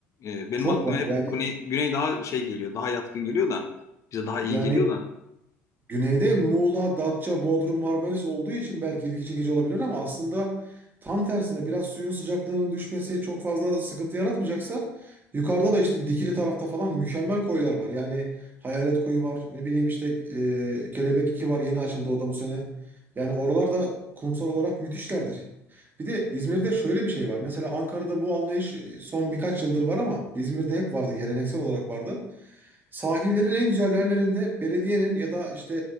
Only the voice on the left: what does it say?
E, benim
aklıma
hep
güney, güney daha şey geliyor, daha yatkın geliyor da bize daha iyi
geliyor da.